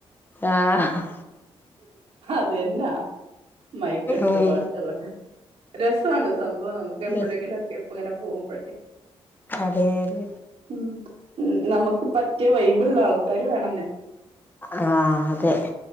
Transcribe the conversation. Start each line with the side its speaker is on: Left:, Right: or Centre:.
Left: ആഹ്
Right: അതെന്നാ മൈക്കെടുത്ത്
Left: ഉം
Right: പാട്ട് വേണം രസമാണ് സംഭവം നമുക്ക് എപ്പോഴെങ്കിലും
Left: അതെ
Right: ഒക്കെ ഇപ്പം ഇങ്ങനെ പോകുമ്പോ
Left: അതെ അതെ
Right: ഉം നമുക്ക് പറ്റിയ വൈബ് ഉള്ള ആൾക്കാര് വേണംന്ന്
Left: ആഹ് അതെ